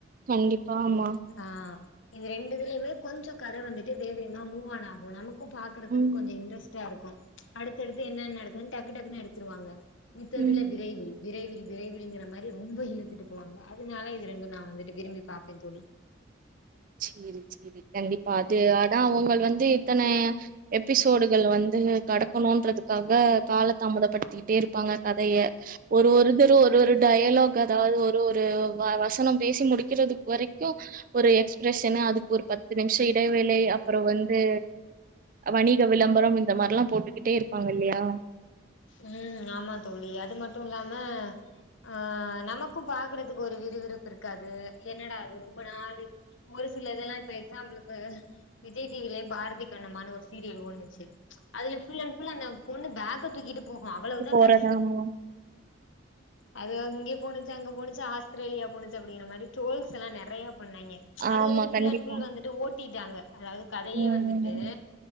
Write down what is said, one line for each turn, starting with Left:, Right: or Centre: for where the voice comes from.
Right: கண்டிப்பா ஆமா
Left: ஆ இது ரெண்டுதுலயுமே கொஞ்சோ கதை வந்துட்டு வேவ் வேவ்னா மூவான ஆகு நமக்கு பா க்கரதுக்கு
Right: ம்
Left: கொஞ்சோ இன்ட்ரஸ்ட இருக்கு அடுத்தடுத்து என்னென்ன நடக்குதுன்னு டக்கு டக்குன்னு எடுத்துருவாங்க மித்ததுல
Right: ம்
Left: விரைவில் விரைவில் விரைவில் ங்கிற மாரி ரொம்ப இழுத்துட்டு போவாங்க அதனால இது ரெண்டு நா வந்துட்டு விரும்பி சாப்டே தொழி
Right: சேரி சேரி கண்டிப்பா அது ஆனா அவுங்கள் வந்து இத்தனைய எபிசோடுகள் வந்து கடக்கணுன்றதுக்காக கால தாமதப்படுத்திட்டே இருப்பாங்க கதய ஒரு ஒரு தரு ஒரு ஒரு டையலாக் அதாவது ஒரு ஒரு வ வசனம் பேசி முடிக்கிறது வரைக்கு ஒரு எஸ் பிரஸ்னு அதுக்கு ஒரு பத்து நிம்ஷோ இடைவேளை அப்புறோ வந்து வணிக விளம்பரம் இந்த மாரில்லா போட்டுக்கிட்டே இருப்பாங்க இல்லையா
Left: ம் ஆமா தோழி அது மட்டு இல்லாம ஆ நமக்கு பாக்குறதுக்கு ஒரு விறுவிறுப் இருக்காது என்னடா அது ரொம்ப நாளி ஒரு சில இதெல்லா இப்ப எக்ஸாம்பிலுக்கு விஜய் டிவியே பாரதி கண்ணம்மானு ஒரு சீரியல் ஓணுச்சு அதுல ஃபுல் அண் ஃபுல் அந்த பொண்ணு பேக்க தூக்கிட்டு போகு அவ்வளவுதா
Right: ப் போறதானோ
Left: கதை அது அங்கே போணுச்சு அங்க போணுச்சு ஆஸ்திரேலியா போணுச்சு அப்டீன மாரி டோல்ஸ் எல்லா நெறைய பன்னாங்கே
Right: ஆமா
Left: அது வந்துட்டு ஃபுல்
Right: கண்டிப்பா
Left: அன் ஃபுல் வந்துட்டு ஓ ட்டிட்டாங்க அதாவது கதயே
Right: ம்
Left: வந்துட்டு